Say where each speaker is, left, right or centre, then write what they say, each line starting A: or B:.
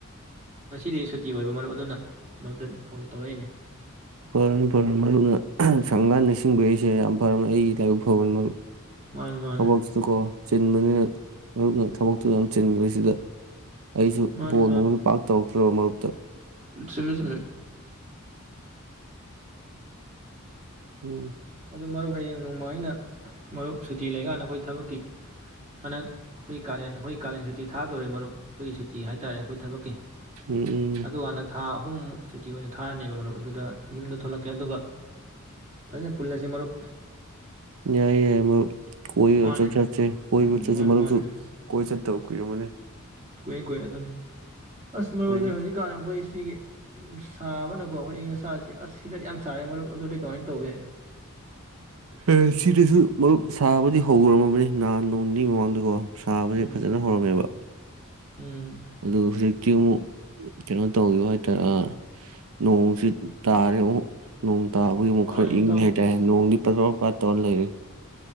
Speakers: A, on the right (about 35°); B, on the right (about 90°).
A: ꯉꯁꯤꯗꯤ ꯁꯨꯇꯤ ꯑꯣꯏꯕ ꯃꯔꯨꯞ ꯑꯗꯨꯅ ꯅꯪꯗ ꯐꯣꯟ ꯇꯧꯔꯛꯏꯅꯦ꯫
B: ꯐꯔꯅꯤ ꯐꯔꯅꯤ ꯃꯔꯨꯞꯅ ꯁꯪꯀꯥꯟ ꯅꯤꯡꯁꯤꯡꯕꯛꯏꯁꯦ ꯌꯥꯝ ꯐꯔꯅꯤ ꯑꯩꯒꯤ ꯂꯥꯏꯕꯛ ꯐꯕꯅꯤ ꯃꯔꯨꯞ꯫
A: ꯃꯥꯅꯤ ꯃꯥꯅꯤ
B: ꯊꯕꯛꯁꯤꯀꯣ ꯆꯤꯟꯕꯅꯤꯅ ꯃꯔꯨꯞꯅ ꯊꯕꯛ ꯌꯥꯝ ꯆꯤꯟꯕꯁꯤꯗ ꯑꯩꯁꯨ
A: ꯃꯥꯅꯤ
B: ꯕꯣꯜ ꯅꯨꯡꯃꯗꯤ ꯄꯥꯛ ꯇꯧꯗꯦ꯫ <unintelligible>
A: ꯆꯨꯝꯃꯦ ꯆꯨꯝꯃꯦ꯫
B: ꯎꯝ꯫
A: ꯑꯗꯨꯗꯣ ꯃꯔꯨꯞ ꯍꯌꯦꯡ ꯅꯣꯡꯃ ꯑꯩꯅ ꯃꯔꯨꯞ ꯁꯨꯇꯤ ꯂꯩꯀꯥꯟꯗ ꯑꯩꯈꯣꯏ ꯊꯕꯛꯀꯤ ꯍꯟꯗꯛ ꯑꯩꯈꯣꯏ ꯀꯥꯂꯦꯟ ꯑꯩꯈꯣꯏ ꯀꯥꯂꯦꯟ ꯁꯨꯇꯤ ꯊꯥꯗꯣꯔꯦ ꯃꯔꯨꯞ ꯑꯩꯈꯣꯏꯒꯤ ꯁꯨꯇꯤ ꯍꯥꯏꯇꯥꯔꯦ ꯑꯩꯈꯣꯏ ꯊꯕꯛꯀꯤ
B: ꯎꯝ ꯎꯝ
A: ꯑꯗꯨꯀꯥꯟꯗ ꯊꯥ ꯑꯍꯨꯃꯨꯛ ꯁꯨꯇꯤ ꯑꯣꯏꯅ ꯊꯥꯔꯅꯦꯕ ꯃꯔꯨꯞ ꯑꯗꯨꯗ ꯌꯨꯝꯗ ꯊꯣꯛꯂꯛꯀꯦ ꯑꯗꯨꯒ ꯐꯖꯅ ꯄꯨꯜꯂꯁꯦ ꯃꯔꯨꯞ꯫
B: ꯌꯥꯏ ꯌꯥꯏ ꯃꯔꯨꯞ꯫ ꯀꯣꯏꯕꯒ
A: ꯃꯥꯅꯦ
B: ꯈꯔ ꯆꯠꯁꯦ ꯀꯣꯕ
A: ꯎꯝ
B: ꯆꯠꯁꯦ
A: ꯃꯥꯅꯦ
B: ꯃꯔꯨꯞꯁꯨ
A: ꯃꯥꯅꯦ
B: ꯀꯣꯏ ꯆꯠ ꯇꯧ ꯀꯨꯏꯔꯝꯃꯅꯤ
A: ꯀꯨꯏꯔꯦ ꯀꯨꯏꯔꯦ ꯑꯗꯨꯅꯤ ꯑꯁ ꯃꯔꯝ
B: ꯑꯩꯈꯣꯏꯒꯤ
A: ꯑꯗꯨꯅ ꯍꯧꯖꯤꯛꯀꯥꯟ ꯑꯩꯈꯣꯏ ꯁꯤꯒꯤ ꯁꯥꯕꯅꯀꯣ ꯑꯩꯈꯣꯏ ꯑꯌꯤꯡ ꯑꯁꯥꯁꯤ ꯑꯁ ꯁꯤꯗꯗꯤ ꯌꯥꯝ ꯁꯥꯔꯦ ꯃꯔꯨꯞ ꯑꯗꯨꯗꯤ ꯀꯃꯥꯏꯅ ꯇꯧꯒꯦ꯫
B: ꯑꯦ ꯁꯤꯗꯁꯨ ꯃꯔꯨꯞ ꯁꯥꯕꯗꯤ ꯍꯧꯔꯝꯃꯕꯅꯤ ꯅꯍꯥꯟ ꯅꯣꯡꯅꯤꯒꯤ ꯃꯃꯥꯡꯗꯀꯣ ꯁꯥꯕꯁꯦ
A: ꯎꯝ
B: ꯐꯖꯅ ꯍꯧꯔꯝꯃꯦꯕ꯫
A: ꯎꯝ꯫
B: ꯑꯗꯨ ꯍꯧꯖꯤꯛꯇꯤ ꯑꯃꯨꯛ ꯀꯩꯅꯣ ꯇꯧꯈꯤꯕꯨ ꯍꯥꯏꯇꯥꯔꯦ ꯅꯣꯡꯁꯤ ꯇꯥꯔꯦ ꯑꯃꯨꯛ ꯅꯣꯡ ꯄꯇꯥꯕꯒꯤ ꯑꯃꯨꯛ
A: ꯃꯥꯅꯦ
B: ꯈꯔ ꯏꯪꯉꯦ
A: ꯏꯇꯥꯎ
B: ꯍꯥꯏꯇꯥꯔꯦ
A: ꯑꯁ
B: ꯅꯣꯡꯗꯤ ꯄꯥ ꯄ ꯇꯧꯔ ꯂꯩꯔꯦ꯫